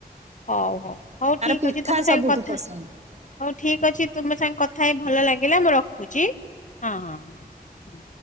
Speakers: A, on the left; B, on the right.
A: ହଉ ହଉ ହଉ ଠିକ
B: ପିଠା
A: ଅଛି ତମେ ସାଙ୍ଗେ
B: ସବୁଠୁ
A: କଥା
B: ପସନ୍ଦ
A: ହଉ ଠିକ ଅଛି ତମେ ସାଙ୍ଗେ କଥା ହେଇ ଭଲ ଲାଗିଲା ମୁଁ ରଖୁଚି। ହଁ ହଁ ହଁ